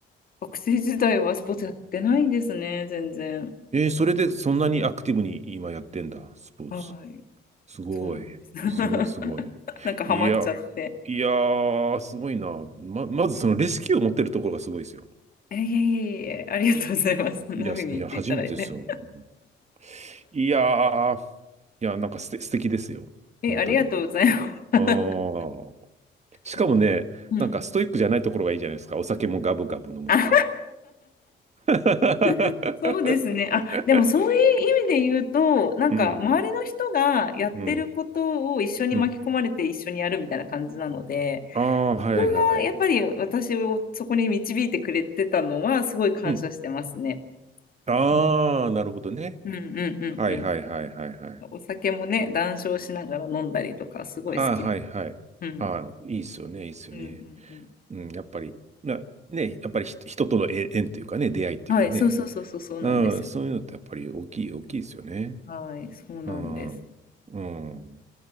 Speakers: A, on the left (about 45°); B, on the right (about 35°).
A: 学生時代はスポーツやってないですね、全然。
B: えーそれでそんなにアクティブに今やってんだ、スポーツ。
A: はい。
B: すごい。
A: そうなんです。<laughs>
B: すごい、すごい。
A: なんかハマっちゃって。
B: いや、いやー、すごいな。ま、まずそのレスキューを持ってるところがすごいですよ。
A: えいえいえいえ、ありがとうございます。そんな風に言っていただいて。
B: いや、すいや、初めてですよ。うんいやー、いや、なんかすて、素敵ですよ。
A: え、
B: 本当に。
A: ありがとうございます。<laughs>
B: ああしかもね、
A: そう、うん。
B: なんかストイックじゃないところがいいじゃないですか。お酒もガブガブ飲むとか。
A: あ
B: <laughs>
A: <laughs> そうですね。あ、でもそういう意味で言うと、なんか周りの人がやってることを一緒に巻き込まれて一緒にやるみたいな感じなので、
B: うん、うん、うん。ああ、はいはい。
A: 人がやっぱり私をそこに導いてくれてたのはすごい感謝してますね。
B: うん。ああ、
A: うん
B: なるほどね。
A: うんうんうんうん。
B: はいはいはいはいはい。
A: お酒もね、談笑しながら飲んだりとかすごい好きで。
B: ああ、はいはい。
A: うん。
B: ああ、いいっすよね、いいっすよね。
A: うんうんうん。
B: うん、やっぱり、な、ね、やっぱり人、人との縁縁というかね、出会いっていうかね。
A: はい、そうそうそうそうそうなんですよ。
B: うん、そういうのってやっぱり大きい、大きいですよね。
A: はい、そうなんです。
B: うん、うん、